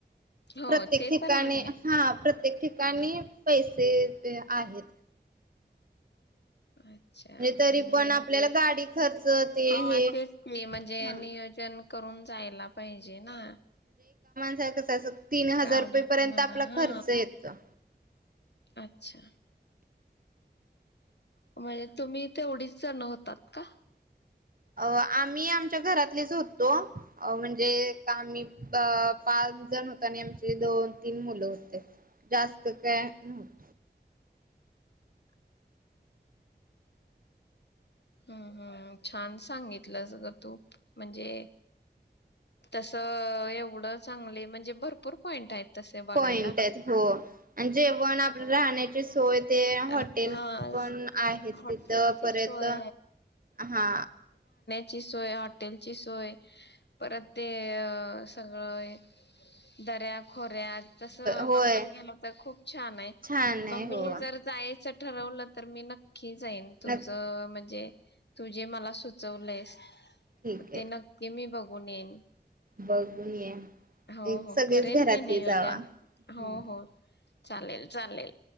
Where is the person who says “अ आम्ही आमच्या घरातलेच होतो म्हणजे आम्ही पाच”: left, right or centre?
Right